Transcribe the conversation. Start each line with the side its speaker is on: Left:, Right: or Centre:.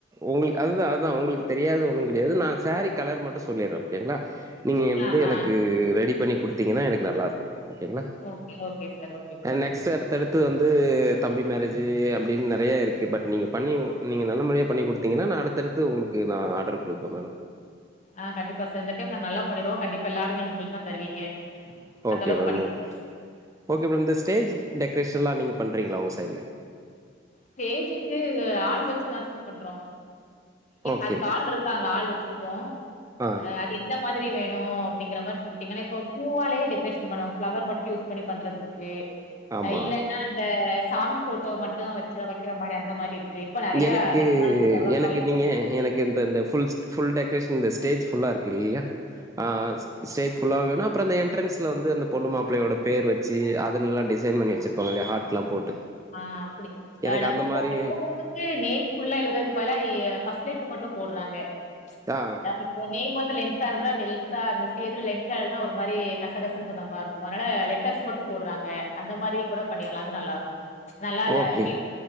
Right: உங்களு அதுதா அதுதா உங்களுக்கு தெரியாது ஒண்ணு கெடையாது நா சேரீ கலர் மட்டு சொல்லிட்ற ஓகேங்களா நீங்க வந்து
Left: ஆ
Right: எனக்கு
Left: ஆ
Right: ரெடி பண்ணி குடுத் திங்கன்னா எனக்கு நல்லா இருக்கும் ஓகேங்களா
Left: okay okay sir okay sir
Right: next அடுத்தடுத் த்து வந்து தம்பி மேரேஜி அப்டின்னு நெ றைய இருக்கு பட் நீங்க பண்ணி நீங்க நல்ல மாரியா பண்ணி குடுத்தீங்கனா நா அடுத்தடுத்து உங்குளுக்கு நா ஆர்டர் குடுப்பே மேடம்
Left: ஆ கண்டிப்பா சார் இந்த டைம் நாங்க நல்லா பண்ணிருவோம் கண்டிப்பா எல்லாருன் எங்களுக்கு தா தருவீங்க அந்த
Right: ஓகே
Left: அளவுக்கு
Right: மேடம்
Left: பண்ணி குடுங்க.
Right: ஓகே ஓகே மேடம் இந்த ஸ்டேஜ் டெக்ரேஷன்லா நீங்க பண்றீங்களா உங்க சைட்ல
Left: ஸ்டேஜிக்கு ஆள் வச்சிதா சார் பண்றோ
Right: ஓகே
Left: அதுக்கு ஆள் இருக் காங்க ஆள் வச்சிருக்கோன்
Right: ஆ
Left: அ எந்த மாதிரி வேணும் அப்டிங்கற மாரி சொல்லிட்டீங்கனா இப்ப பூவாலே டெக்கரேஷன் பண்ணுவாங்க ப்ளெவர் மட் யூஸ் பண்ணி பண்றது இருக்கு
Right: ஆமா
Left: இல்லைன்னா அந்த சாமி போட்டோ மட்டு வச்சி வைக்கிற மாரி அந்த மாரி இருக்கு இப்போ நெறைய
Right: எனக்கு
Left: டெக்னாலஜி டெவலப்
Right: எனக்கு
Left: ஆயிட்டு
Right: நீங்க எனக் எந்த எந்த புல் புல் டெக்கரேஷன் இந்த ஸ்டேஜ் புல்லா இருக்கு இல்லையா ஆ ஸ்டேஜ் ஃபுல்லா வேணும் அப்புற அந்த என்ட்ரன்ஸ்ல வந்து அந்த பொண்ணு மாப்ளையோட பேர் வச்சு அததுலல்லாம் டிசைன் பண்ணிவச்சி ருபாங்கல்லையா ஹார்ட்லாம் போட்டு
Left: ஆன் அப்டி
Right: எனக்கு
Left: நம்ம
Right: அந்த
Left: இப்போ
Right: மாரி
Left: இப்ப வந்து நேம் புல்ல எழுததற்கு பதில பர்ஸ்ட் லேட்டர் மட்டும் போடுறாங்க
Right: ஆ
Left: அதாது இப்ப நேம் மு லென்த்தா இருந்தா லென்த்தா அந்த ஸ்டேஜ்ல லென்த்தா எழுதுனா ஒரு மாரி கசகச ந்த மார் இருக்கும் அதுனால லெட்டர்ஸ் மட்டும் போடுறாங்க அந்த மாரி கூட பண்ணிடலா அது நல்லா இருக்கும் நல்லா இல்லாட்டி
Right: ஓகே